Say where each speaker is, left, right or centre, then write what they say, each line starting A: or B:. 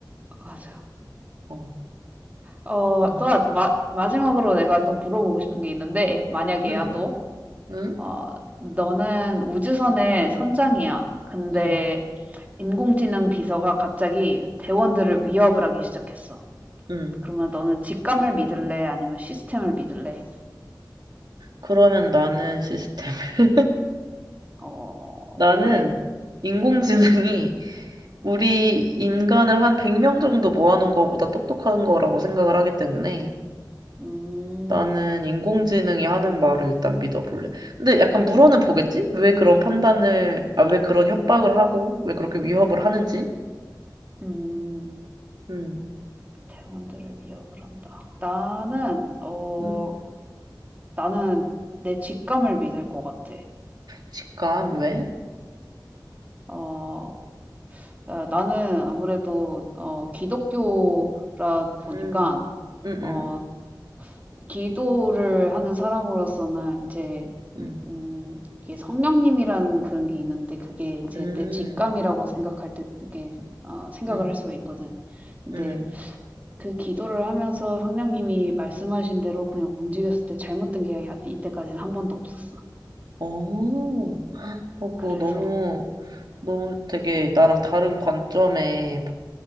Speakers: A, on the right; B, on the right.
A: 맞아.
B: 어.
A: 어
B: 응.
A: 또한 마 마지막으로 내가 또 물어보고 싶은 게 있는데 만약에야
B: 응.
A: 또
B: 응.
A: 어 너는 우주선의 선장이야. 근데
B: 응.
A: 인공지능 비서가 갑자기 대원들을 위협을 하기 시작했어.
B: 응.
A: 그러면 너는 직감을 믿을래? 아니면 시스템을 믿을래?
B: 그러면 나는 시스템. <laughs>
A: 어
B: 나는
A: 왜?
B: 인공지능이 우리 인간을 한 100명 정도 모아놓은 것보다 똑똑한 거라고 생각을 하기 때문에
A: 음.
B: 나는 인공지능이 하는 말을 일단 믿어볼래. 근데 약간 물어는 보겠지? 왜 그런 판단을, 아, 왜 그런 협박을 하고, 왜 그렇게 위협을 하는지?
A: 음.
B: 음,
A: 대원들을 위협을 한다. 나는 어
B: 음.
A: 나는 내 직감을 믿을 것 같아.
B: 직감, 왜?
A: 어, 어, 나는 아무래도 어, 기독교라 보니까
B: 음, 음,
A: 어,
B: 음,
A: 기도를 하는 사람으로서는 이제
B: 음,
A: 음, 이게 성령님이라는 그런 게 있는데 그게 이제
B: 음,
A: 내 직감이라고 생각할 때 이게 어, 생각을
B: 음,
A: 할 수가 있거든. 근데
B: 음.
A: 그 기도를 하면서 성령님이 말씀하신 대로 그냥 움직였을 때 잘못된 게 야- 이때까지는 한 번도 없었어.
B: 오. 어, 그거
A: 그래서
B: 너무, 너무 되게 나랑 다른 관점의